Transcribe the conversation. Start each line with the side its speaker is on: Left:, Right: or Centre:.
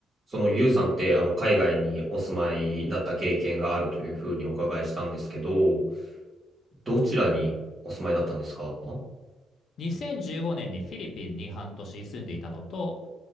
Right: そのユウさんって、あの、海外にお住まいだった経験があるというふうにお伺いしたんですけど、どちらにお住まいだったんですか
Left: 2015年にフィリピンに半年住んでいたのと、